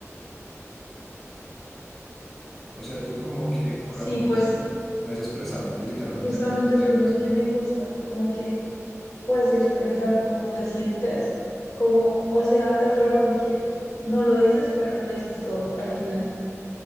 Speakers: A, in the centre; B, on the left.
A: O sea, tú como que con
B: Sí,
A: la poesía
B: pues
A: puedes expresar literalmente
B: justamente
A: lo que
B: eso
A: quieras.
B: es lo que me gusta, como que puedes expresar cómo te sientes, como, o sea, es raro porque no lo dices, pero lo dices todo al final.